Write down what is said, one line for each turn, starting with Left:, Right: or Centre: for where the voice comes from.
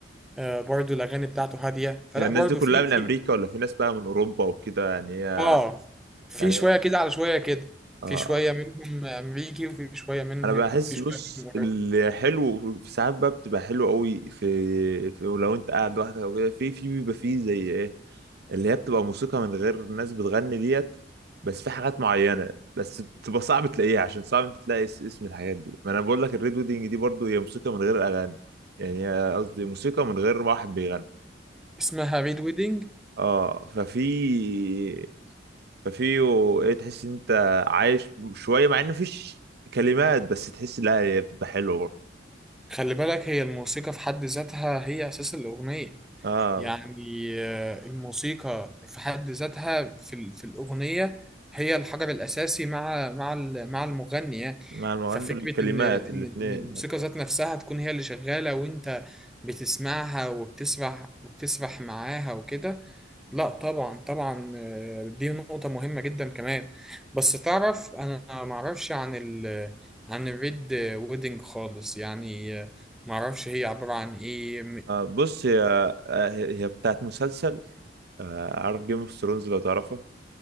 Centre: آه، برضو الأغاني بتاعته هادية فلا
Right: يعني الناس
Centre: برضو
Right: دي كلها
Centre: في
Right: من
Centre: في
Right: امريكا ولا في ناس بقى من اوروبا وكده يعني هي
Centre: آه في
Right: يعني
Centre: شوية كده على شوية كده
Right: اه
Centre: في شوية منهم أمريكي وفي شوية منهم
Right: انا بحس
Centre: في شوية
Right: بص
Centre: منهم أوروبي
Right: الحلو في ساعات بقى بتبقى حلو قوي في, في لو انت قاعد لوحدك او كده في في بيبقى فيه زي ايه اللي هي بتبقى موسيقى من غير ناس بتغني ديت بس في حاجات معينة بس بتبقى صعب تلاقيها عشان صعب انت تلاقي اس- اسم الحاجات دي ما انا بقول لك الريد ويدنج دي برضو هي موسيقى من غير اغاني يعني هي قصدي موسيقى من غير واحد بيغني
Centre: اسمها ريد ويدنج
Right: اه ففي ففي و- ايه تحس ان انت عايش شوية مع ان مفيش كلمات بس تحس لا هي بتبقى حلوة برضو
Centre: خلي بالك هي الموسيقى في حد ذاتها هي أساس الأغنية
Right: اه
Centre: يعني آه، الموسيقى في حد ذاتها في ال- في الأغنية هي الحجر الأساسي مع مع ال- مع المغني يعني
Right: مع المغني
Centre: ففكرة
Right: والكلمات
Centre: إن إن
Right: الاثنين
Centre: إن الموسيقى
Right: يعني
Centre: ذات نفسها تكون هي اللي شغالة وأنت بتسمعها وبتسرح وبتسرح معاها وكده لا طبعا طبعا آه، دي نقطة مهمة جدا كمان بس تعرف أنا معرفش عن ال عن الريد ويدنج خالص يعني آه، معرفش هي عبارة عن إيه
Right: آه بص هي آه هي بتاعت مسلسل آه عارف جيم اوف ثرونز لو تعرفه